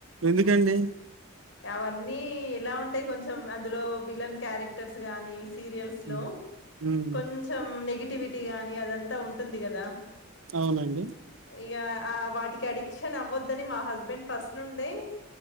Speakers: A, on the right; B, on the left.
A: ఎందుకండి
B: అవన్నీ ఎలా ఉంటాయి కొంచెం అందులో విలన్ క్యారెక్టర్స్ గాని సీరియల్స్
A: హ్మ్.
B: లో
A: హ్మ్.
B: కొంచెం నెగిటి ఎక్టివిటీ గాని అదంతా ఉంటుంది కదా
A: అవునండి
B: ఇక ఆ వాటికి అడిక్షన్ అవ్వద్దని మా హస్బెండ్ ఫస్ట్ నుండి